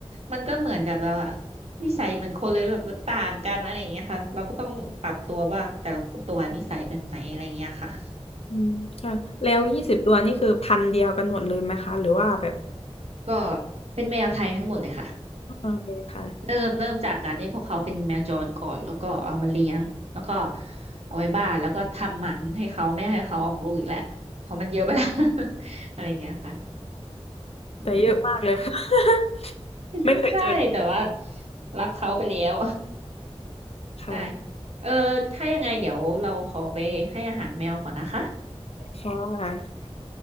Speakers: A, on the right (about 70°); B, on the left (about 65°).
A: มันก็เหมือนกับแบบว่านิสัยเหมือนคนเลยแบบมันต่างกันอะไรอย่างเงี้ยค่ะเราก็ต้องปรับตัวว่าแต่ละตัวนิสัยแบบไหนอะไรอย่างเงี้ยค่ะ
B: อืมค่ะแล้วยี่สิบตัวนี่คือพันธุ์เดียวกันหมดเลยไหมคะหรือว่าแบบ
A: ก็เป็นแมวไทยทั้งหมดเลยค่ะ
B: โอเคค่ะ
A: เริ่มเริ่มจากการที่พวกเขาเป็นแมวจรก่อนแล้วก็เอามาเลี้ยงแล้วก็เอาไว้บ้านแล้วก็ทำหมันให้เขาไม่ให้เขาออกลูกอีกแหละเพราะมันเยอะไปแล้ว <laughs> อะไรอย่างเงี้ยค่ะอืม
B: แต่เยอะมากเลยค่ะ <laughs>
A: <laughs>
B: ไม่เคยเจอ
A: ใช่แต่ว่ารักเขาไปแล้ว
B: ค่ะ
A: <laughs> ใช่เออถ้ายังไงเดี๋ยวเราขอไปให้อาหารแมวก่อนนะคะ
B: ค่ะ